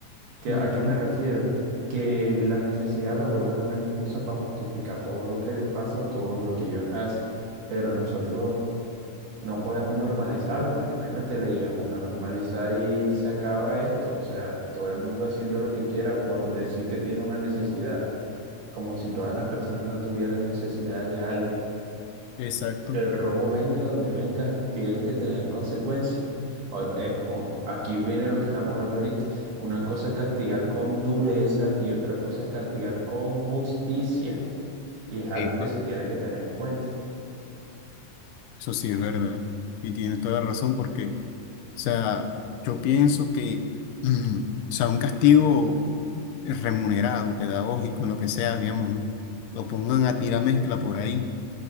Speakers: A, on the right; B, on the left.
A: ¿Qué-
B: Ujú,
A: a qué me refiero? Que la necesidad la vuelven una excusa para justificar todo lo que les pasa o todo lo que ellos hacen. Pero nosotros no podemos normalizarlo, porque imagínate, le llegamos a normalizar y se acaba esto. O sea, todo el mundo haciendo lo que quiera por decir que tiene una necesidad como si todas las personas no tuvieran necesidad de algo.
B: exacto.
A: El robo venga donde venga, tiene que tener consecuencias. O- eh, o- aquí viene lo que estamos hablando ahorita. Una cosa es castigar con dureza y otra cosa es castigar con justicia. Y es algo
B: Epa.
A: que se tiene que tener en cuenta.
B: Eso sí es verdad. Y tienes toda la razón porque... O sea, yo pienso que, mm, o sea, un castigo remunerado, pedagógico, lo que sea, digamos, un- lo pongan a tirar mezcla por ahí.